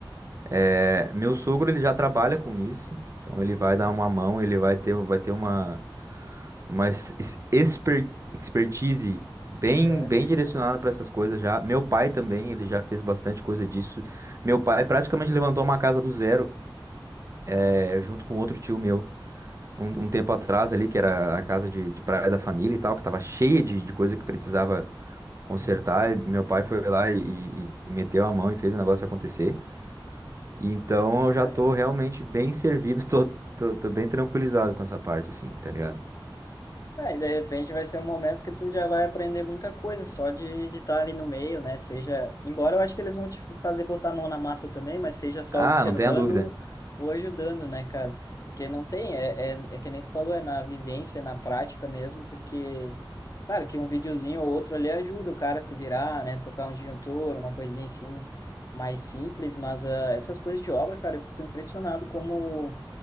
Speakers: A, on the right; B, on the left.
A: É, meu sogro, ele já trabalha com isso, então ele vai
B: Uhum.
A: dar uma mão, ele vai ter, vai ter uma, uma es- es- exper- expertise bem,
B: <laughs>
A: bem direcionada
B: É,
A: para essas coisas já. Meu pai também, ele já fez bastante coisa disso. Meu pai praticamente levantou uma casa do zero, é,
B: Nossa.
A: junto com outro tio meu. Um, um tempo atrás ali, que era a casa de, de praia da família e tal, que tava cheia de, de coisa que precisava consertar.
B: Uhum.
A: e Meu pai foi lá e, e- e meteu a mão e fez o negócio acontecer. E então eu
B: Cara.
A: já tô realmente bem servido, <laughs> tô, tô, tô bem tranquilizado com essa parte, assim, tá ligado?
B: Ah, e de repente vai ser um momento que tu já vai aprender muita coisa só de estar ali no meio, né? Seja, embora eu acho que eles vão te f- fazer botar a mão na massa também, mas seja só
A: Ah,
B: observando
A: não tenha dúvida.
B: ou ajudando, né, cara? Porque não tem, é, é, é que nem tu falou, é na vivência, na prática mesmo, porque, claro, que um videozinho ou outro ali ajuda o cara a se virar, né? Trocar um disjuntor, uma coisinha assim mais simples, mas ah, essas coisas de obra, cara, eu fico impressionado como